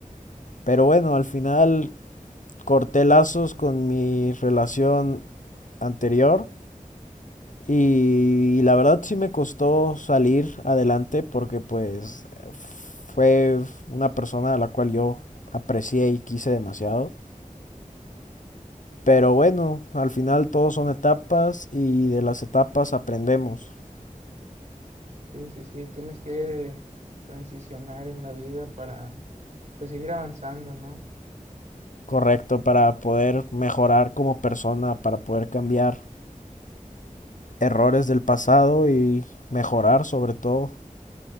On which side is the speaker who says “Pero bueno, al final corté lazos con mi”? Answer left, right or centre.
Left